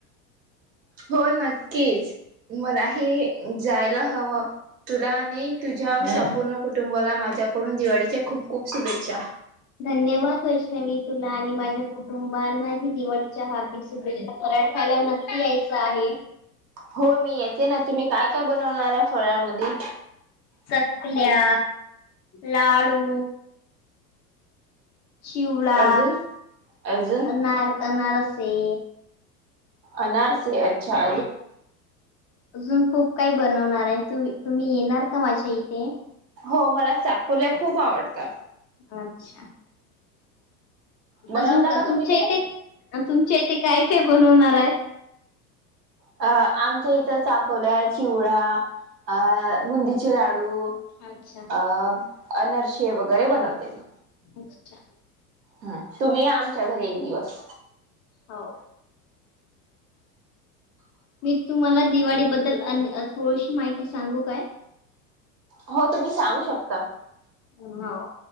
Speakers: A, on the right (about 80°); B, on the left (about 35°).
A: हो नक्कीच मलाही जायला हवं. तुला आणि तुझ्या संपूर्ण कुटुंबाला माझ्याकडून दिवाळीच्या खूप खूप शुभेच्छा.
B: धन्यवाद वैष्णवी तुला आणि माझ्या तुम्हानांही दिवाळीच्या हार्दिक शुभेच्छा. फराट खायला नक्की यायच आहे.
A: हो मी येते ना. तुम्ही काय काय बनवणार आहे फराळमध्ये?
B: चकल्या, लाडू चिवडा,
A: अजून अजून
B: अनार-अनारसे.
A: अनारसे अच्छा.
B: अजून खूप काही बनवणार आहे, तु-तुम्ही येणार का माझ्या इथे?
A: हो मला चाकोल्या खूप आवडतात.
B: अच्छा.
A: बनवता
B: अजून
A: का तुम्ही
B: तुमच्या
A: ते?
B: इथे तुमच्या इथे काय काय बनवणार आहे?
A: अ आमच्या इथं चाखोल्या, चिवडा अ बुंदीचे लाडू
B: अच्छा.
A: अ अनारसे वगैरे बनवतेत.
B: अच्छा.
A: हा तुम्ही या आमच्या घरी एक दिवस.
B: हाव. मी तुम्हाला दिवाळी बद्दल अ अन थोडीशी माहिती सांगू काय?
A: हो तुम्ही सांगू शकता.
B: हो.